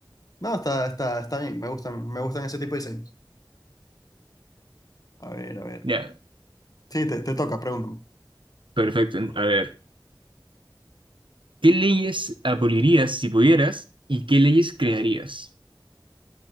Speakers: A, on the left; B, on the right.
A: No, está, está, está bien, me gustan, me gustan ese tipo de diseños. A ver, a ver.
B: Ya,
A: Sí, te, te toca, pregúntame.
B: perfecto. A ver. ¿Qué leyes abolirías si pudieras y qué leyes crearías?